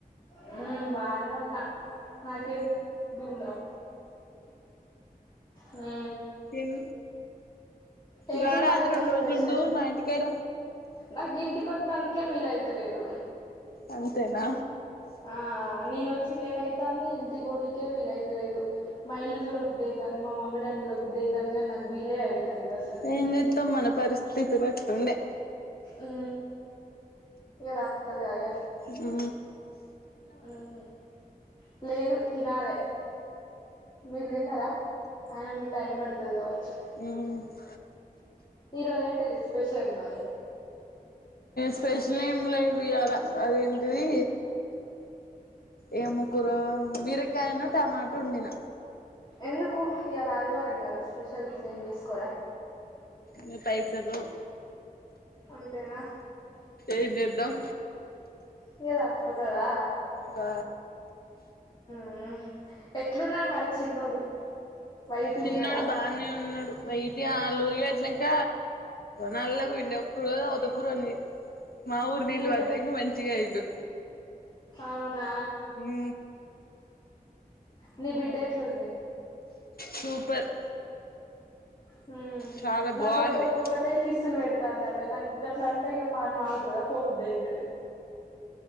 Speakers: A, on the left (about 30°); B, on the left (about 80°).
A: హ బానే ఉన్నా నాకేంది దూందాం ఆ
B: ఇన్
A: ఏంటిది
B: రారాదు
A: మరి ఈరోజు
B: రెండు రోజులు
A: స్పెషల్
B: ఉందు మా ఇంటికాడ
A: నాకు ఇంటికొత్తందుకే వీలయితలేదు
B: అంతేనా
A: ఆ నేను వచ్చినెలా అయి తాంది ఇంటికి పోనికే వీలయితలేదు మా ఇల్లు చూడ బుద్ధి అయితంది మా మమ్మీ డాడీని చూడ బుద్ధి అయితంది గాని నాకు వీలే అయితలేదు అసలు
B: ఏం చేత్తాం మన పరిస్థితులు అట్లుండే
A: ఊ ఇగ <unintelligible> ఇగ
B: ఉ
A: ఉ లేదు తినాలే మీరు తిన్నారా అయినా మీకు టైం పడుతది కావచ్చు
B: మ్మ్
A: ఈ రోజు ఎంటది స్పెషల్ మరి
B: స్పెషల్ ఏం లేవు ఇవాలా అదేంటిది ఏ ము కూర బీరకాయను టమాటో వండిన
A: ఎందుకు ఇయాలా ఆదివారం కదా స్పెషల్ గిషల్ ఏం చేసుకోరా
B: మీ పైసలు
A: అంతేనా
B: ఏం చేదం
A: ఇంగ తప్పతదా
B: ఆ
A: ఉ ఎట్లున్నాడు మరి చిన్నోడు వైట్గా
B: చిన్నోడు
A: ఉన్నాడా
B: బానే ఉన్నాడు వై ఇ ఆళ్ళురికి పోయిచ్చినాక నల్లగుండె ఒక్క రోజు అవతపుూరు ఉంది మా ఊర్ నీలు
A: నీళ్ళ
B: పడంగా మంచిగయ్యిండు
A: అవునా
B: ఉ
A: నీ బిడ్డ ఎట్లుంది
B: సూపర్
A: హు
B: చాలా
A: నా
B: బాగుంది
A: ఫోటోకి ఒక్కటే కిసులు పెడు తంది అట నాకు గట్లా అంటే ఇగ పణం ఆగుతుదా పోబుది అయితది